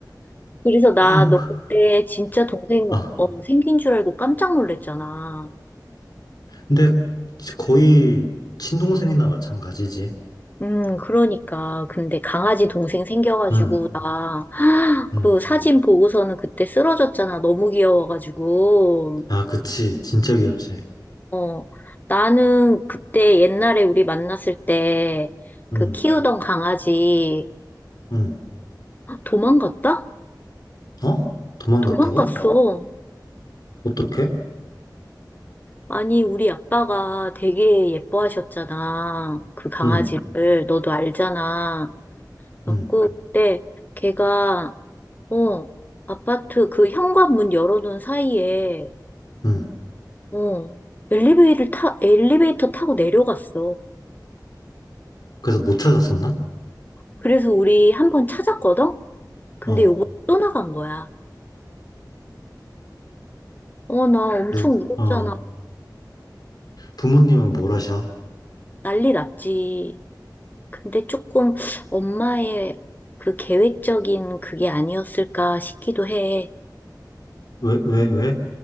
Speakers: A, on the left; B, on the left.
A: 그래서 나
B: <laughs>
A: 너 그때 진짜 동생
B: 아,
A: 어, 생긴 줄 알고 깜짝 놀랐잖아.
B: 근데 거의 친동생이나 마찬가지지.
A: 음, 그러니까. 근데 강아지 동생 생겨가지고
B: 응,
A: 나 <gasps>
B: 응.
A: 그 사진 보고서는 그때 쓰러졌잖아. 너무 귀여워가지고.
B: 아, 그치. 진짜 귀엽지.
A: 어, 나는 그때 옛날에 우리 만났을 때
B: 응,
A: 그 키우던 강아지
B: 응.
A: <gasps> 도망갔다?
B: 어? 도망갔다고?
A: 도망갔어.
B: 어떻게?
A: 아니, 우리 아빠가 되게 예뻐하셨잖아. 그 강아지를.
B: 응,
A: 너도 알잖아. 그래갖고
B: 응,
A: 그때 걔가, 어, 아파트 그 현관문 열어놓은 사이에,
B: 응.
A: 어, 엘리베이터를 타, 엘리베이터 타고 내려갔어.
B: 그래서 못 찾았었나?
A: 그래서 우리 한번 찾았거든? 근데
B: 어.
A: 요번에 또 나간 거야. 어, 나 엄청
B: 그래서,
A: 울었잖아.
B: 어. 부모님은 뭘 하셔?
A: 난리 났지. 근데 조금 엄마의 그 계획적인 그게 아니었을까 싶기도 해.
B: 왜, 왜, 왜?